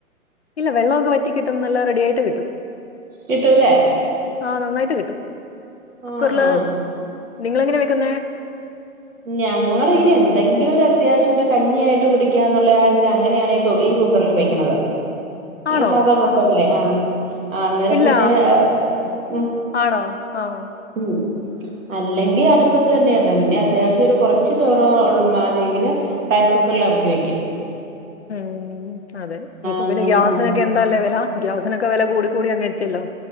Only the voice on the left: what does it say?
ഇല്ല വെള്ളമൊക്കെ വറ്റി കിട്ടും നല്ല റെഡിയായിട്ട് കിട്ടും
ആ നന്നായിട്ട് കിട്ടും കുക്കറില്
നിങ്ങളെങ്ങനെ വെക്കുന്നേ?
ആണോ
ആഹാ
ഇല്ല.
ആണോ? ആഹ്.
ഉം അതെ ഇപ്പൊ
പിന്നെ ഗ്യാസിനൊക്കെ
എന്താല്ലേ വെല ഗ്യാസിനൊക്കെ വെല കൂടി കൂടി അങ്ങെത്തിയല്ലോ.